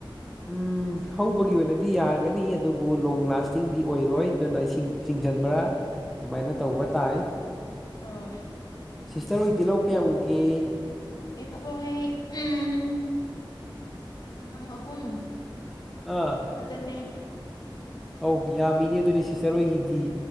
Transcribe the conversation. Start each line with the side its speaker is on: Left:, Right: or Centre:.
Centre: ꯎꯝ ꯍꯧꯕꯒꯤ ꯑꯣꯏꯅꯗꯤ ꯌꯥꯒꯅꯤ ꯑꯗꯨꯕꯨ ꯂꯣꯡ ꯂꯥꯁꯇꯤꯡꯗꯤ ꯑꯣꯏꯔꯣꯏ ꯑꯗꯨꯅꯁꯤꯡ ꯆꯤꯡꯁꯤꯟꯕ꯭ꯔꯥ ꯑꯗꯨꯃꯥꯏꯅ ꯇꯧꯕ ꯇꯥꯏ
Left: ꯍꯣꯏ
Centre: ꯁꯤꯁꯇꯔ ꯍꯗꯤꯤꯍ ꯀꯌꯥ ꯎꯒꯦ
Left: ꯑꯩꯈꯣꯏ ꯎꯝ ꯁꯝꯒꯝ ꯑꯍꯨꯝ
Centre: ꯑꯥ
Left: ꯑꯗꯨꯅꯦ
Centre: ꯑꯧ ꯌꯥꯝꯃꯤꯅꯦ ꯑꯗꯨꯗꯤ ꯁꯤꯆꯔꯣꯏꯒꯤꯗꯤ